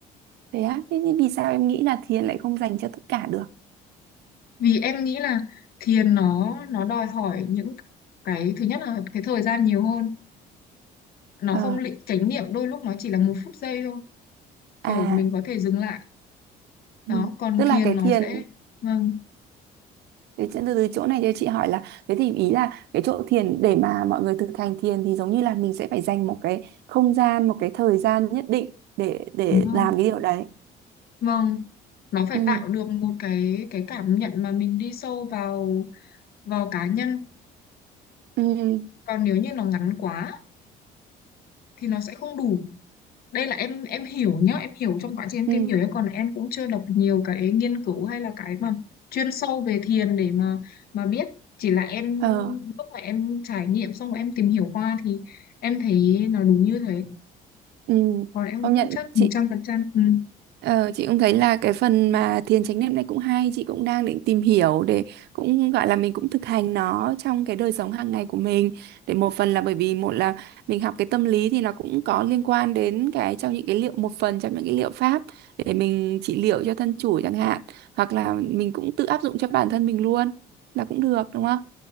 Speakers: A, on the right (about 75°); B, on the left (about 65°).
A: Thế á, thế thì vì sao em nghĩ là thiền lại không dành cho tất cả được?
B: vì em nghĩ là thiền nó nó đòi hỏi những cái thứ nhất là cái thời gian nhiều hơn nó
A: Ờ,
B: không lị chánh niệm đôi lúc nó chỉ là một phút giây thôi kiểu
A: à,
B: mình có thể dừng lại đó
A: ừ.
B: còn
A: tức là
B: thiền
A: cái
B: nó
A: thiền,
B: sẽ vâng
A: thế chứ từ từ chỗ này cho chị hỏi là, thế thì ý là cái chỗ thiền để mà mọi người thực hành thiền thì giống như là mình sẽ phải dành một cái không gian, một cái thời gian nhất định để để
B: đúng rồi
A: làm cái điều đấy.
B: vâng nó phải
A: Ừ,
B: tạo được một cái cái cảm nhận mà mình đi sâu vào vào cá nhân
A: ừ,
B: còn nếu như nó ngắn quá thì nó sẽ không đủ đây là em em hiểu nhá em hiểu trong quá trình em
A: ừ,
B: tìm hiểu nhá. còn em cũng chưa đọc nhiều cái nghiên cứu hay là cái mà chuyên sâu về thiền để mà mà biết chỉ là em
A: ờ,
B: lúc mà em trải nghiệm xong rồi em tìm hiểu qua thì em thấy nó đúng như thế
A: ừ.
B: còn em
A: Công
B: cũng không
A: nhận
B: chắc
A: chị
B: một trăm phần trăm ừ,
A: Ờ, chị cũng thấy là cái phần mà thiền chánh niệm này cũng hay chị cũng đang định tìm hiểu để cũng gọi là mình cũng thực hành nó trong cái đời sống hàng ngày của mình để một phần là bởi vì một là mình học cái tâm lý thì nó cũng có liên quan đến cái trong những cái liệu một phần trong những cái liệu pháp để mình trị liệu cho thân chủ chẳng hạn hoặc là mình cũng tự áp dụng cho bản thân mình luôn là cũng được đúng không?